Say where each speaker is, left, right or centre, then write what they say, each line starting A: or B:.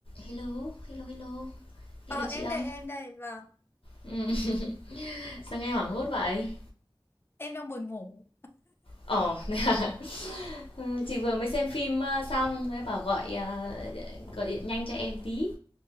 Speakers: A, on the left (about 85°); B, on the left (about 25°).
A: Hello, hello, hello.
B: Ờ
A: Nghe được
B: em
A: chị không?
B: đây em đây vâng
A: Ừm, sao nghe hoảng hốt vậy?
B: em đang buồn ngủ
A: Ồ, <laughs> ờ, chị vừa mới xem phim ờ, xong, thế bảo gọi ờ, gọi điện nhanh cho em tí.